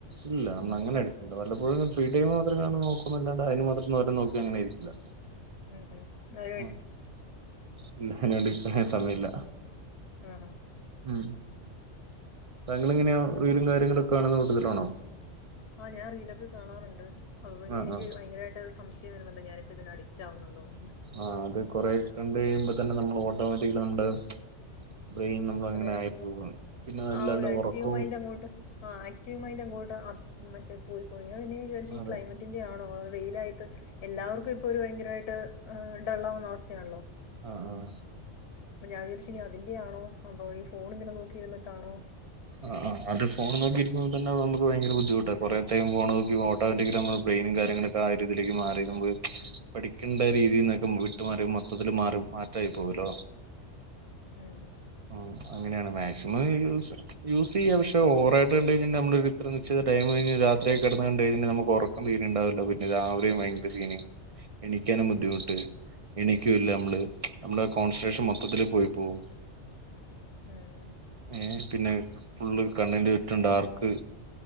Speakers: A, on the right (about 60°); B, on the left (about 65°).
A: ഇല്ല നമ്മള് അങ്ങനെ അടിറ്റല്ല വല്ലപ്പോഴും ഫ്രീ ടൈമ് മാത്രം കാണു നോക്കുന്നല്ലാണ്ട് അതിന് മാത്രം വരെ നോക്കി അങ്ങനെയിരിക്കില്ല.
B: ഉം ഉം അ
A: ആഹ് അയിന് വേണ്ടിനിക്കാൻ സമയമില്ല.
B: ആ ഹാ
A: ഉം താങ്കളെങ്ങനെയാ റീലും കാര്യങ്ങളൊക്കെ കാണുന്ന കൂട്ടത്തിലാണോ.
B: ആഹ് ഞാൻ റീലൊക്കെ കാണാറുണ്ട് അപ്പൊപ്പിന്നെ
A: ആഹ്
B: എനിക്ക്
A: ആഹ്
B: ഭയങ്കരമായിട്ട്. സംശയം വരുന്നുണ്ട് ഞാനിപ്പോ ഇതിന് അഡിക്റ്റ് ആവുന്നുണ്ടോ എന്ന്
A: ആഹ് അത് കുറെ കണ്ട് കഴിയുമ്പോ തന്നെ നമ്മള് ഓട്ടോമാറ്റിക് നമ്മുടെ ബ്രെയിൻ. നമ്മൾ അങ്ങനെ
B: അതെ
A: ആയി
B: നമ്മൾ
A: പോവാണ് പിന്നെ അല്ലാണ്ട്
B: ആഹ് ഒരു ആക്റ്റീവ്
A: ഉറക്കവും
B: മൈൻഡ് അങ്ങോട്ട് ആഹ് ആക്റ്റീവ് മൈൻഡ് അങ്ങോട്ട് ആഹ് മറ്റേ പോയി പ്പോയി പിന്നെ വിചാരിച്ച്
A: അതെ
B: ഈ ക്ലൈമറ്റിന്റെ ആണോ വെയിലായി ട്ട് എല്ലാവർക്കും ഇപ്പൊ ഒരു ഭയങ്കരമായിട്ട് ഡള്ളാവുന്ന അവസ്ഥയാണല്ലോ.
A: ആഹ് ആഹ്.
B: അപ്പൊ ഞാൻ വിചാരിച്ചു ഇനി അതിന്റെയാണോ അതൊ ഈ ഫോൺ ഇങ്ങനെ നോക്കിയിരിന്നിട്ടാണോ.
A: ആഹ് ആഹ് അത് ഫോണ് നോക്കിയിരിക്കുമ്പോ തന്നെ നമുക്ക് ഭയങ്കര ബുദ്ധിമുട്ടാ കുറേത്തേ ഫോൺ നോക്കിട്ട. ബ്രയ്നും കാര്യങ്ങളൊക്കെ ആഹ് രീതിയിലേക്ക് മാറി നമ്മള് പഠിക്കണ്ട രീതിയിൽന്നൊക്കെ വി ട്ട് മാറി മൊത്തത്തില് മാറി മാറ്റായി പോകൂല്ലോ.
B: ഉം
A: ഉം അങ്ങനെയാണ് മാക്സിമം യൂസ്. യൂസ് ചെയ്യാം പക്ഷെ ഓവറായി കണ്ടഴിഞ്ഞ നമ്മള് ഇത്ര നിശ്ചിതടൈം കഴിഞ്ഞ് രാത്രിയൊക്ക കെടന്ന് കണ്ട് കഴിഞ്ഞാ നമുക്ക് ഒറ ക്കം തീരെ ഉണ്ടാവില്ല പിന്നെ രാവിലെയും ഭയങ്കര സീന് എണീക്കാനും ബുദ്ധിമുട്ട്. എണിക്കൂല്ല നമ്മള് നമ്മളെ കോൺസ്ൻട്രേഷൻ മൊത്തത്തില് പോയി പോവും
B: ഉംഹ്
A: ഉം പിന്നെ ഫുള്ള് കണ്ണിന്റെ ചുറ്റും ഡാർക്ക്